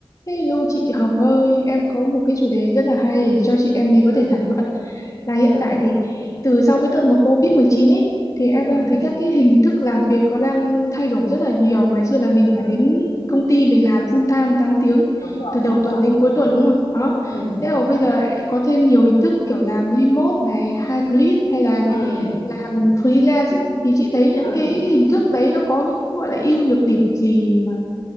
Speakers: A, on the left; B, on the left.
A: Hello chị Hồng ơi, em có một cái chủ đề rất là hay để cho chị em mình
B: Ừm,
A: có thể thảo luận. Là hiện
B: ừm,
A: tại thì từ sau cái đợt mà covid mười chín ấy thì em
B: ừm,
A: đang thấy các cái hình thức làm việc có đang thay đổi rất là nhiều. Ngày xưa là mình
B: ừm,
A: phải đến công ty mình làm full time 8 tiếng
B: đúng rồi,
A: từ đầu
B: đúng rồi,
A: tuần đến cuối
B: ừm,
A: tuần đúng không? Đó.
B: ừm,
A: Thế mà bây giờ có thêm nhiều hình thức kiểu làm remote này, hybrid hay là
B: ừm,
A: làm freelance ấy. Thì chị thấy những
B: ừm,
A: cái hình thức đấy nó có những cái gọi là ưu nhược điểm gì mà